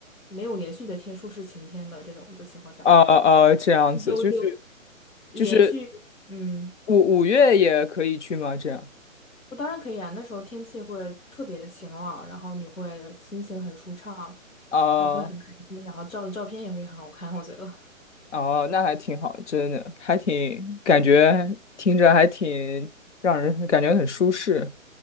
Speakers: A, on the left (about 75°); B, on the left (about 60°).
A: 没有连续的天数是晴天的这种的情况下，
B: 啊啊，这样子就是
A: 一周就连续嗯。
B: 就是五五月也可以去吗？这样
A: 我当然可以啊，那时候天气会特别的晴朗，然后你会心情很舒畅，
B: 啊。哦
A: 然后会很开心，然后照的照片也会很好看，我觉得。
B: 哦，那还挺好，真的，还挺感觉听着还挺让人感觉很舒适。